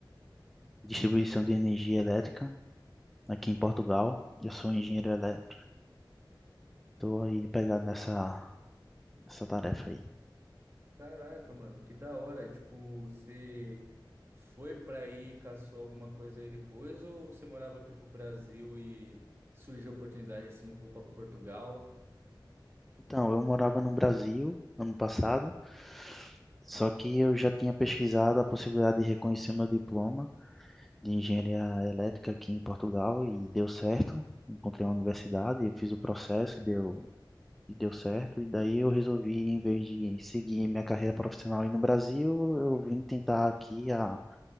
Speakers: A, in the centre; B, on the right.
A: distribuição de energia elétrica aqui em Portugal. Eu sou engenheiro elétrico. Estou aí pegado nessa, nessa tarefa aí.
B: Caraca, mano, que da hora. Tipo, você foi pra aí, caçou alguma coisa aí depois, ou você morava aqui pro Brasil e surgiu a oportunidade assim, vou pra Portugal?
A: Então, eu morava no Brasil ano passado, só que eu já tinha pesquisado a possibilidade de reconhecer meu diploma. de engenharia elétrica aqui em Portugal e deu certo. Encontrei uma universidade, eu fiz o processo e deu, e deu certo. E daí eu resolvi, em vez de seguir minha carreira profissional aí no Brasil, eu vim tentar aqui a,